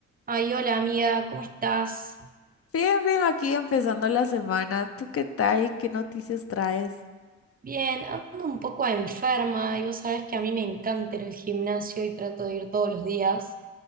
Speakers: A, on the right; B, on the left.
A: Ay, hola amiga, ¿cómo estás?
B: Bien, bien, aquí empezando la semana. ¿Tú qué tal? ¿Qué noticias traes?
A: Bien, ando un poco enferma y vos sabés que a mí me encanta ir al gimnasio y trato de ir todos los días,